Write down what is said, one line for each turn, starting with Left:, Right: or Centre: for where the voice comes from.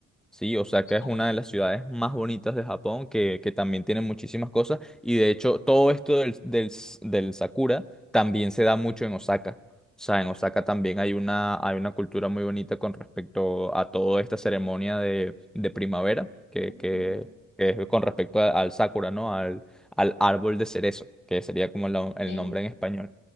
Centre: Sí, Osaka
Left: exacto.
Centre: es una de las ciudades más bonitas de Japón, que, que también tiene muchísimas cosas. Y de hecho, todo esto del, del, s- del Sakura también se da mucho en Osaka. O sea, en Osaka también hay una, hay una cultura muy bonita con respecto a toda esta ceremonia de, de primavera, que,
Left: Ujú.
Centre: que, que es con respecto a- al Sakura, ¿no? Al, al árbol de cerezo, que sería como la- el
Left: Sí.
Centre: nombre en español.